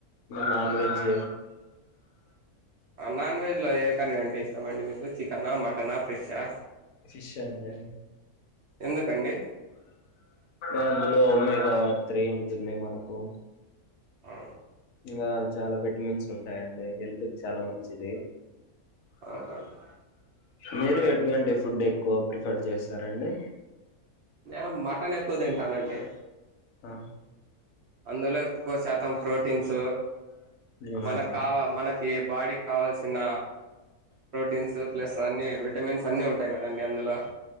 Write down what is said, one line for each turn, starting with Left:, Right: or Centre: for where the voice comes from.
Left: నాన్ వెజ్
Right: నాన్ వెజ్లో ఏ కర్రీ అంటే ఇష్టంమండి మీకు చికెనా మటనా ఫీష్షా
Left: ఫిష్ అండి
Right: ఎందుకండి
Left: అందులో ఒ మేగా త్రీ ఉంటుంది మనకు
Right: ఆ
Left: ఇంకా చాలా విటమిన్స్ ఉంటాయండి హెల్త్ కి చాలా మంచిది
Right: అవునవును
Left: మీరు ఎటువంటి ఫుడ్ ఎక్కువ ప్రిఫర్ చేస్తారండి
Right: మేం మటన్ ఎక్కువ తింటానండి
Left: ఆ
Right: అందులో ఎక్కువ శాతం ప్రోటీన్స్
Left: అవునండి
Right: మనక్కావ మనక్ కి బాడిక్కావాల్సిన ప్రోటీన్స్ ప్లస్ అన్ని విటమిన్స్ అన్ని ఉంటాయి కదండి అందులో